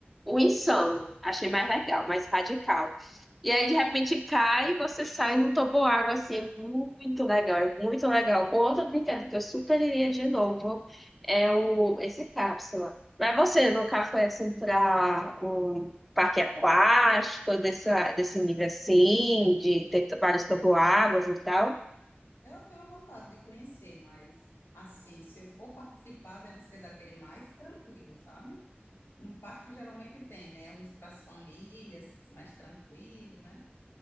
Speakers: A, in the centre; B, on the left.
A: o insano. Achei mais legal, mais radical. E aí, de repente, cai e você sai num toboágua, assim, é muito legal, é muito legal. Outro brinquedo que eu super iria de novo é o, esse cápsula. Mas você nunca foi, assim, para um parque aquático, desse, desse nível, assim, de ter vários toboáguas e tal?
B: Eu tenho vontade de conhecer, mas assim, se eu for participar, deve ser daquele mais tranquilo, sabe? No parque geralmente tem, né? Uns para as famílias, mais tranquilo, né?